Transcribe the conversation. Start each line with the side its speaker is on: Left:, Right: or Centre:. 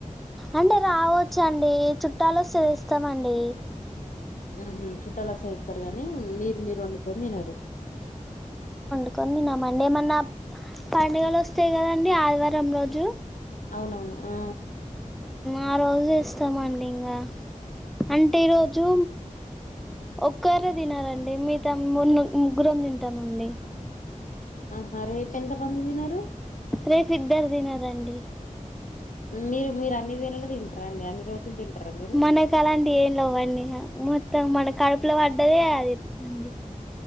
Centre: అంటే రావచ్చు అండి చుట్టాలు వస్తేదిస్తామండి
Left: ఆహ చుట్టాల స ఇతారు గానీ మీరు మీరు వండుకొని తినరు
Centre: అనుకన్ని నా మండే ఏమన్నా పండుగలు వస్తాయి కదండి ఆదివారం రోజు
Left: అవునవును ఆ
Centre: ఆ రోజు ఇస్తామండి ఇంకా అంటే ఈ రోజు ఒక్కారే తినాలండి మీ తము ముగ్గురం తింటామండి
Left: ఆహ రేప్ ఎంత బందదినారు
Centre: రేఫ్ ఇద్దారు దిన రండి
Left: మీరు మీరు అన్ని వేలలో తింటారండి అన్ని రోజులు తింటారా మీరు
Centre: మనకు అలాంటి ఏం లేవండి మొత్తం మన కడుపులో పడ్డది అది అండి